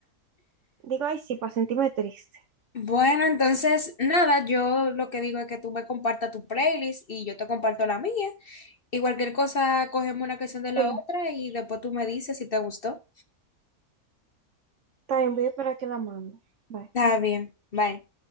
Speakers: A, on the right; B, on the left.
A: Digo, ay, sí, para sentirme triste.
B: Bueno, entonces, nada, yo lo que digo es que tú me compartas tu playlist y yo te comparto la mía. Y cualquier cosa, cogemos una canción de la
A: Sí,
B: otra y después tú me dices si te gustó.
A: también voy a esperar que la mande. Bye.
B: Está bien, bye.